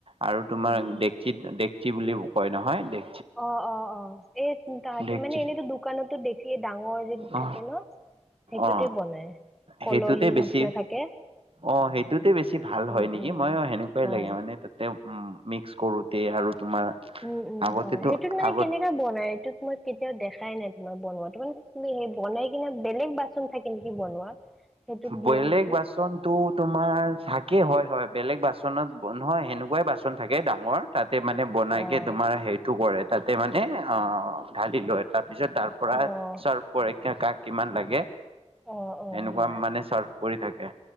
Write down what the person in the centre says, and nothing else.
উম
অ অ অ, এই তাহাঁতি
মানে এনেইতো দোকানতো দে ডাঙৰ যিটো
থাকে ন, সেইটোতে
বনাই, কলহীৰ
নিচিনা থাকে।
উম
উম
হয়
উম উম
হয়, সেইটোত মানে
কেনেকা বনাই, এইটোত মই কেতিয়াও দেখাই নাই তোমাৰ বনোৱা তোমাক তুমি সেই বনাই কিনে বেলেগ বাচন থাকে নেকি বনোৱা। সেইটোত দিয়ে
নেকি?
অ',
অ',
অ' অ'।
হয়।